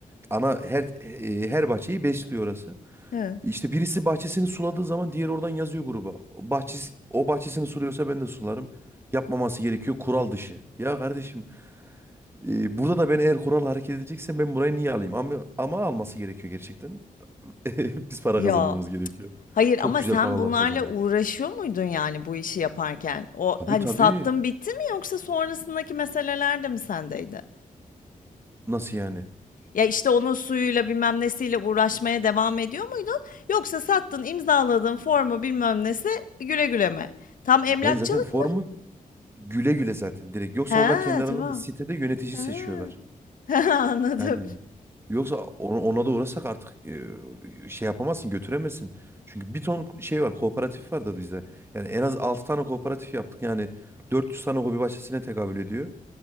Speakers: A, on the right; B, on the left.
A: Ana her e, her bahçeyi besliyor orası.
B: He.
A: İşte birisi bahçesini suladığı zaman diğeri oradan yazıyor gruba. Bahçesi, o bahçesini suluyorsa ben de sularım. Yapmaması gerekiyor kural dışı. Ya kardeşim e, burada da ben eğer kural hareket edeceksem ben burayı niye alayım? Ama, ama alması gerekiyor gerçekten. <laughs> Biz para
B: Ya,
A: kazanmamız gerekiyor.
B: hayır
A: Çok
B: ama
A: güzel
B: sen
A: paralar
B: bunlarla
A: kazanıyor.
B: uğraşıyor muydun, yani, bu işi yaparken? O,
A: Tabii
B: hani,
A: tabii.
B: sattın bitti mi yoksa sonrasındaki meseleler de mi sendeydi?
A: Nasıl yani?
B: Ya, işte, onun suyuyla bilmem nesiyle uğraşmaya devam ediyor muydun yoksa sattın, imzaladın, formu bilmem nesi, güle güle mi? Tam emlakçılık
A: Ben zaten formu güle güle zaten direkt. Yoksa
B: Ha
A: onlar kendi aralarında
B: tamam.
A: sitede yönetici
B: He.
A: seçiyorlar.
B: <laughs> Anladım.
A: Yani yoksa ona, ona da uğrasak artık e, şey yapamazsın, götüremezsin. Çünkü bir ton şey var, kooperatif var da bizde. Yani en az 6 tane kooperatif yaptık. Yani 400 tane hobi bahçesine tekabül ediyor.